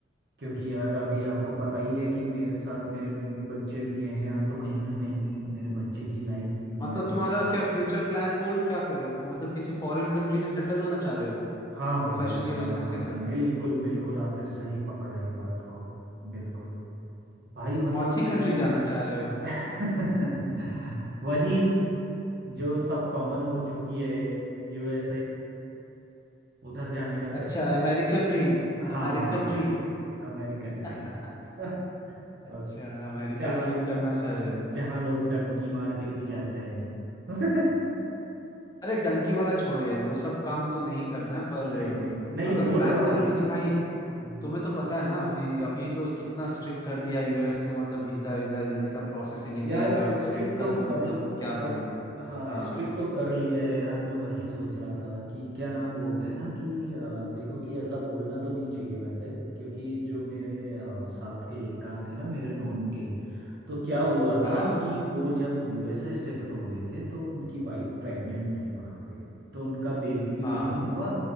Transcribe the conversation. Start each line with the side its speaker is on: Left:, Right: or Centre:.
Right: क्योंकि यार अभी आपको पता ही है कि मेरे साथ मेरे बीवी बच्चे भी हैं यार तो कहीं ना कहीं मेरे बच्चे की लाइफ भी
Left: मतलब
Right: मैं
Left: तुम्हारा
Right: च-
Left: क्या फ्यूचर प्लान गोल क्या कर रहे हो कि मतलब किसी फॉरेन कंट्री में सेटल होना चाह रहे हो
Right: हाँ भाई
Left: प्रोफेशन या
Right: हाँ
Left: बिजनेस के साथ
Right: बिल्कुल बिल्कुल आपने सही पकड़ा ये बात को बिल्कुल भाई मतलब
Left: कौन सी
Right: कि
Left: कंट्री जाना चाह रहे हो
Right: मैं <laughs> वही जो सब कॉमन हो चुकी है यूएसए उधर जाने का सिर्फ
Left: अच्छा अमेरिकन ड्रीम
Right: हाँ
Left: American dream
Right: American
Left: <laughs>
Right: dream <laughs> बस
Left: अच्छा अमेरिकन
Right: जहाँ
Left: ड्रीम करना चाह रहे हो
Right: जहाँ लोग डंकी मार के भी जाते हैं <laughs> नहीं
Left: अरे डंकी वाला छोड़ो यार वो सब काम तो नहीं करना है पर
Right: नहीं नहीं
Left: अ, अगर
Right: बोल
Left: प्लान
Right: रहा
Left: करो लेकिन भाई
Right: हूँ
Left: तुम्हें तो पता है ना अभी अभी तो कितना स्ट्रिक्ट कर दिया यूएस ने मतलब वीजा वीजा ये सब प्रोसेसिंग इंडिया
Right: यार
Left: का मतलब
Right: स्ट्रिक
Left: इनका
Right: तो
Left: तो
Right: कर
Left: मतलब क्या
Right: कर
Left: बोलूं
Right: हाँ
Left: हाँ
Right: स्ट्रिक तो कर लिया है यार मैं वही सोच रहा था कि क्या नाम बोलते हैं ना कि अ, देखो कि ऐसा बोलना तो नहीं चाहिए वैसे क्योंकि जो मेरे अ, साथ के एक आध थे ना मेरे नॉन के तो क्या हुआ
Left: हाँ
Right: था कि वो जब यूएसए शिफ्ट हुए थे तो उनकी वाइफ प्रेग्नेंट थी वहाँ पे तो उनका बेबी भी
Left: हाँ
Right: वहीं हुआ